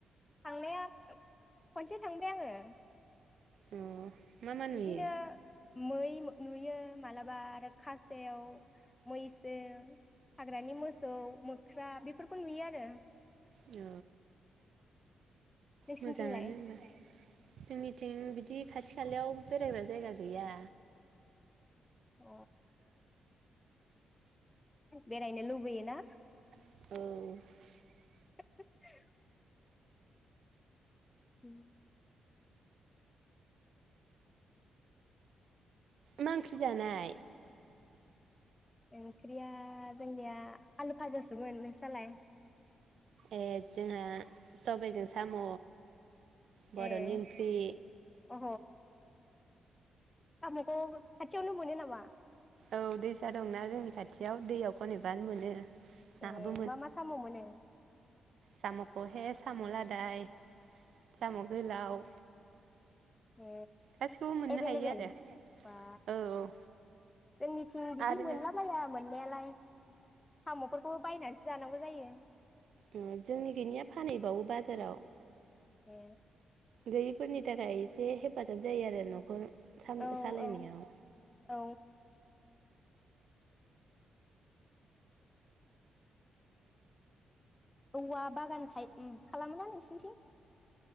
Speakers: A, on the left; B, on the right.
A: थांनाया खनसे थांबाय आंङो
B: अ मा मा नुयो
A: बिदिनो मै नुयो मालाब माबा आरो खासेव मैसो हाग्रानि मोसौ मोख्रा बेफोरखौ नुयो आरो
B: औ
A: नोंसिनिथिंलाय
B: मोजांङानो होमबा जोंनिथिं बिदि खाथि खालायाव बेरायग्रा जायगा गैया
A: अ बेरायनो लुबैयो ना
B: औ
A: <unintelligible> उम
B: मा ओंख्रि जानाय
A: ओंख्रिया जोंनिया आलु फाजासोमोन नोंस्रानालाय
B: ए जोंहा सबायजों साम' बर'नि
A: एह
B: ओंख्रि
A: अ सामखौ खाथियावनो मोनो नामा
B: औ दैसा दंना जोंनि खाथियाव दैयाव खनहैबानो मोनो नाबो
A: ए मा मा साम मोनो
B: सामखौ हे साम लादाय साम गोलाव
A: ए
B: गासिखौबो मोननो
A: एभेलेबेल
B: हायो आरो
A: बा
B: औ औ
A: जोंनिथिं बिदि
B: आरो
A: मोनलाबाया मोननायालाय साम'फोरखौबो बायनानैसो जानांगौ जायो
B: जोंनि थिंनिनाया फानहैबावो बाजाराव
A: ए
B: गोरिबफोरनि थाखाय एसे हेफाजाब जायो आरो नखर
A: औ
B: सालायनायाव
A: औ औ औवा बागान था खालामो नोंसोरनिथिं